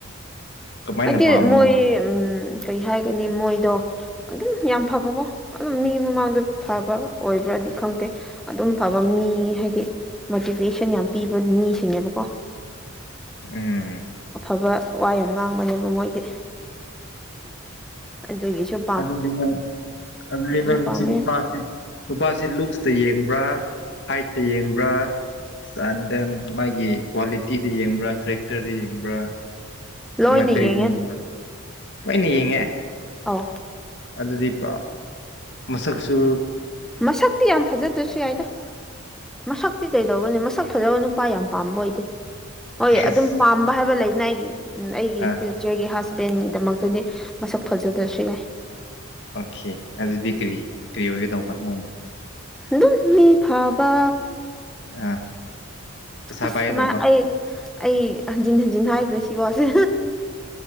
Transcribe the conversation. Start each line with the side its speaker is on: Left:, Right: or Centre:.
Left: ꯀꯃꯥꯏꯅ
Centre: ꯍꯥꯏꯗꯤ
Left: ꯄꯥꯝꯕ
Centre: ꯃꯣꯏ ꯎꯝ ꯀꯩ ꯍꯥꯏꯒꯅꯤ ꯃꯣꯏꯗꯣ ꯑꯗꯨꯝ ꯌꯥꯝ ꯐꯕꯀꯣ ꯑꯗꯨꯝ ꯃꯤ ꯃꯃꯥꯡꯗ ꯐꯕ ꯑꯣꯏꯕ꯭ꯔꯥꯗꯤ ꯈꯪꯗꯦ ꯑꯗꯨꯝ ꯐꯕ ꯃꯤ ꯍꯥꯏꯗꯤ ꯃꯣꯇꯤꯚꯦꯁꯟ ꯌꯥꯝ ꯄꯤꯕ ꯃꯤꯁꯤꯡꯅꯦꯕꯀꯣ
Left: ꯎꯝ
Centre: ꯋꯥ ꯋꯥ ꯌꯥꯝ ꯉꯥꯡꯕꯅꯦꯕ ꯃꯣꯏꯗꯤ ꯑꯗꯨꯒꯤ ꯁꯨꯝ
Left: ꯑꯗꯨꯗꯤ ꯃꯣꯏ ꯑꯗꯨꯗꯤ ꯃꯣꯏ
Centre: ꯄꯥꯝꯃꯦ
Left: ꯆꯤꯟ ꯄꯥꯔꯇꯤ ꯅꯨꯄꯥꯁꯤ ꯂꯨꯛꯁꯇꯥ ꯌꯦꯡꯕ꯭ꯔꯥ ꯍꯥꯏꯠꯇꯥ ꯌꯦꯡꯕ꯭ꯔꯥ ꯆꯥꯟꯗꯦꯟ ꯃꯥꯒꯤ ꯀ꯭ꯋꯥꯂꯤꯇꯤꯗ ꯌꯦꯡꯕ꯭ꯔꯥ ꯀꯦꯔꯦꯛꯇꯔꯗ ꯌꯦꯡꯕ꯭ꯔꯥ <unintelligible>
Centre: ꯂꯣꯏꯅ ꯌꯦꯡꯉꯦ
Left: ꯂꯣꯏꯅ ꯌꯦꯡꯉꯦ
Centre: ꯑꯧ
Left: ꯑꯗꯨꯗꯤ ꯄꯨꯔꯥ ꯃꯁꯛꯁꯨ
Centre: ꯃꯁꯛꯇꯤ ꯌꯥꯝ ꯐꯖꯗ꯭ꯔꯥꯁꯨ ꯌꯥꯏꯗ ꯃꯁꯛꯇꯤ ꯀꯩꯗꯧꯒꯅꯤ ꯃꯁꯛ ꯐꯖꯕ ꯅꯨꯄꯥ ꯌꯥꯝ ꯄꯥꯝꯕ ꯑꯣꯏꯗꯦ ꯍꯣꯏ
Left: ꯑꯦꯁ
Centre: ꯑꯗꯨꯝ ꯄꯥꯝꯕ ꯍꯥꯏꯕ ꯂꯩꯅ ꯑꯩꯒꯤ ꯑꯩꯒꯤ
Left: ꯑꯥ
Centre: ꯏꯊꯤꯜ ꯆꯔꯒꯤ ꯍꯁꯕꯦꯟꯒꯤꯗꯃꯛꯇꯥꯗꯤ ꯃꯁꯛ ꯐꯖꯗ꯭ꯔꯥꯁꯨ ꯌꯥꯏ
Left: ꯑꯣꯈꯦ ꯑꯗꯨꯗꯤ ꯀꯔꯤ ꯀꯔꯤ ꯑꯣꯏꯒꯗꯧꯕ <unintelligible>
Centre: ꯗꯨꯝ ꯃꯤ ꯐꯕ
Left: ꯑꯥ ꯄꯩꯁꯥ
Centre: ꯑꯁ
Left: ꯄꯥꯏꯒꯗꯧꯕ
Centre: ꯀꯃꯥꯏ ꯑꯩ ꯑꯩ ꯍꯟꯖꯤꯟ ꯍꯟꯖꯤꯟ ꯍꯥꯏꯈ꯭ꯔꯦ ꯁꯤ ꯋꯥꯁꯦ